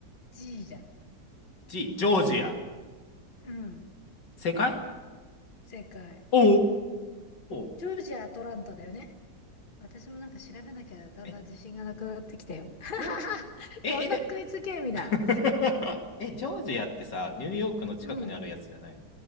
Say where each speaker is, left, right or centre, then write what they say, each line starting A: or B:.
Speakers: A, on the left; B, on the left.
A: G じゃん。
B: G、ジョージア。
A: うん、
B: 正解
A: 正解。
B: おお
A: ジョージア・アトランタだよね。私もなんか調べなきゃだんだん自信がなくなってきたよ。
B: ー。え、
A: <laughs>
B: ジョ、え、
A: どんなクイズゲームだ。
B: え、<laughs> え、ジョージアってさ、ニューヨークの近くにあるやつじゃないの
A: うん、